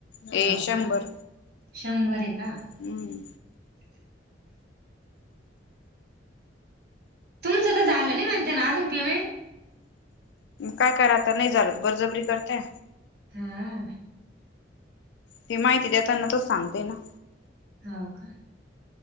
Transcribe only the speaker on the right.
हाव
का? शंभर हे का
तुमचं तर झालं नाही म्हणत ना अजून पेमेंट
हं.
होव का?